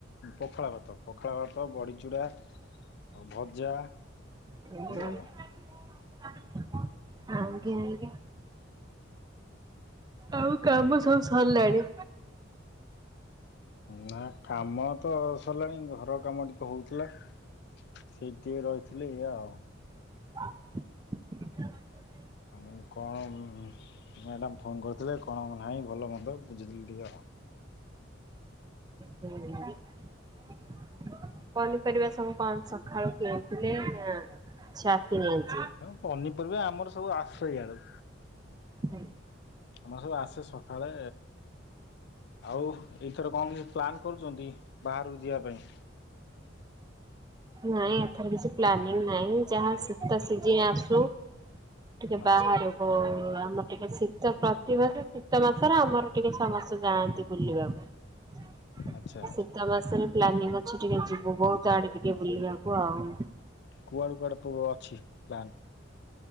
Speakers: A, on the left; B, on the right.
A: ପଖାଳ ଭାତ, ପଖାଳ ଭାତ ବଡ଼ିଚୂରା। ଆଉ ଭଜା।
B: <inaudible>
A: ଆଉ।
B: ଆଉ କାମ ସବୁ ସରିଲାଣି?
A: ନା କାମ ତ ସରିଲାଣି ଘର କାମ ଟିକେ ହଉଥିଲା ସେଇ ଟିକେ ରହିଥିଲା ଲେଈ ଆଉ।
B: <inaudible>
A: ଆ କଣ ମ୍ୟାଡ଼ାମ ଫୋନ୍ କରିଥିଲେ କଣ ନାହିଁ ଭଲ ମନ୍ଦ ବୁଝିଥିଲି ଟିକିଏ ଆଉ।
B: ହୁଁ <inaudible> ପନିପରିବା ସବୁ କଣ ସକାଳୁ କିଣଥିଲେ ନା ଛା କିଣି ଆଣିଛି?
A: ପନିପରିବା ଆମର ସବୁ ଆସେଇ ୟାଡୁ।
B: ହୁଁ।
A: ଆମର ସବୁ ଆସେ ସକାଳେ ଆଉ ଏଇଥର କ ଣ କିଛି ପ୍ଲାନ୍ କରୁଛନ୍ତି ବାହାରକୁ ଯିବା ପାଇଁ?
B: ନାଇଁ ଏଥର କିଛି ପ୍ଲାନିଂ ନାହିଁ ଯାହା ଶୀତ ସିଜିନ ଆସୁ ଟିକେ ବାହାରକୁ
A: ଆଚ୍ଛା
B: ଆମର। ଶୀତ ପ୍ରତିିବାସ ଶୀତ ମାସରେ ଆମର ଟିକେ ସମସ୍ତେ ଯାଆନ୍ତି ବୁଲିବା ପାଇଁ।
A: ଆଚ୍ଛା ଆଚ୍ଛା
B: ଶୀତ ମାସରେ ପ୍ଲାନିଂ ଅଛି ଟିକେ ଯିବୁ ବହୁତ ଆଡେ ଟିକେ ବୁଲିବାକୁ ଆଉ।
A: କୁଆଡ଼େ କୁଆଡ଼େ ପୁ ଅଛି ପ୍ଲାନ୍?